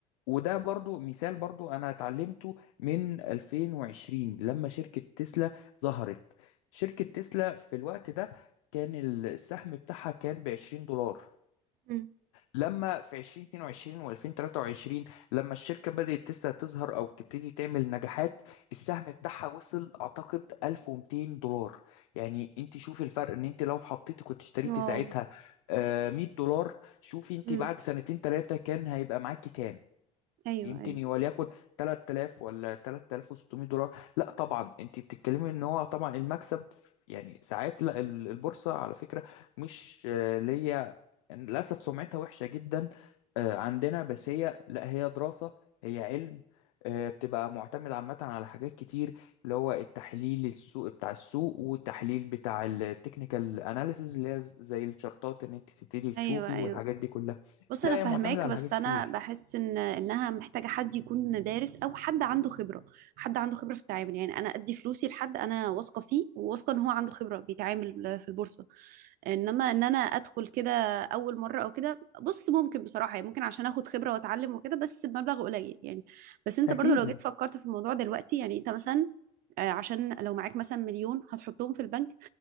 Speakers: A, on the left (about 85°); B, on the right (about 60°).
A: وده برضو مثال برضو انا اتعلمته من 2020 لما شركة تسلا ظهرت شركة تسلا في الوقت ده كان السهم بتاعها كان ب 20 دولار
B: مم.
A: لما في 2022 و2023 لما الشركة بدأت تسا تظهر أو تبتدي تعمل نجاحات السهم بتاعها وصل أعتقد 1200 دولار يعني أنت شوفي الفرق إن أنت لو حطيتي كنت اشتريتي
B: واو
A: ساعتها آه، 100 دولار شوفي أنت
B: مم.
A: بعد سنتين ثلاثة كان هيبقى معاكي كام
B: أيوه
A: يمكن
B: أيوه
A: وليكن 3000 ولا 3600 دولار لا طبعا انت بتتكلمي ان هو طبعا المكسب يعني ساعات لا ال- البورصه على فكره مش آه، اللي هي للاسف سمعتها وحشه جدا آه، عندنا بس هي لا هي دراسه هي علم آه، بتبقى معتمد عامة على حاجات كتير اللي هو التحليل السوق بتاع السوق والتحليل بتاع التكنيكال اناليسز اللي هي زي الشارتات ان انت تبتدي تشوفي
B: ايوه ايوه
A: والحاجات دي كلها
B: بص
A: لا
B: انا فاهماك
A: هي معتمدة على
B: بس
A: حاجات كتير
B: انا بحس ان انها محتاجه حد يكون دارس او حد عنده خبره حد عنده خبره في التعامل يعني انا ادي فلوسي لحد انا واثقه فيه وواثقه ان هو عنده خبره بيتعامل في البورصه انما ان انا ادخل كده اول مره او كده بص ممكن بصراحه يعني ممكن عشان اخد خبره واتعلم وكده بس بمبلغ قليل يعني بس انت
A: اكيد
B: برضو لو جيت فكرت في الموضوع دلوقتي يعني انت مثلا آه، عشان لو معاك مثلا مليون هتحطهم في البنك